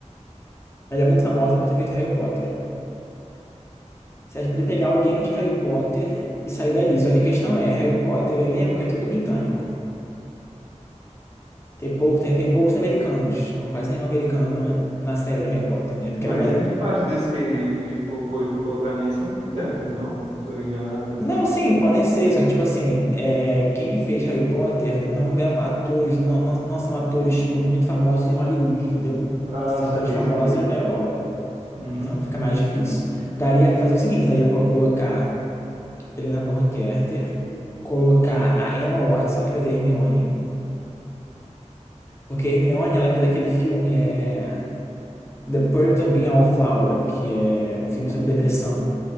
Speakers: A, on the left (about 20°); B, on the right (about 60°).
A: Ela é muito famosa por ter feito Harry Potter. Se a gente poderia pegar alguém de Harry Potter e sair dali. Só que a questão é: Harry Potter, o elenco é todo britânico. Tem pouco, tem, tem poucos americanos, ou quase nenhum americano na série de Harry Potter, né? Porque
B: mas
A: ela é
B: grande
A: mais...
B: parte desses que a gente colocou e foi colocar nisso são britânicos, não? Ou tô enganado?
A: Não, sim, podem ser, só que, tipo assim, é, quem fez Harry Potter não é um atores, não, não, não são atores, tipo, muito famosos em Hollywood, entendeu?
B: Ah,
A: São
B: saquei,
A: atores famosos
B: saquei.
A: na Europa.
B: Uhum.
A: Então fica mais difícil. Daria para fazer o seguinte, daria para colocar Helena Bonham Carter, colocar a Emma Watson, que fez a Hermione, porque a Hermione, ela fez aquele filme é The Perks of Being a Wallflower, que é um filme sobre depressão,